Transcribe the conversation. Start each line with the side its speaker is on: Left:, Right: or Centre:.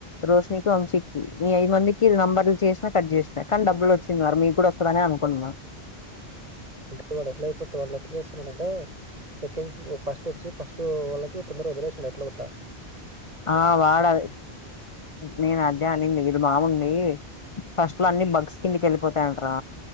Left: రోషినీకి, వంశీకి మీ ఐదు మందికి నంబర్లు చేసినా కట్ చేసినాయి కానీ డబ్బులు వచ్చింది వారు మీకు కూడా వస్తుందని అనుకుంటున్న
Right: అంటే వాడు ఎట్లా అయిపోత ఎట్లా చేస్తున్నాడుంటే సెకండ్ సిమ్ ఫస్ట్ వచ్చి ఫస్ట్ వాళ్ళకి వదిలేసిండు ఎట్లోగొట్లా
Left: ఆ వాడే నేను అదే అనింది వీళ్ళ బాగుంది ఫస్టులో అన్ని బా క్స్ కిందికి వెళ్ళిపోతాయింటరా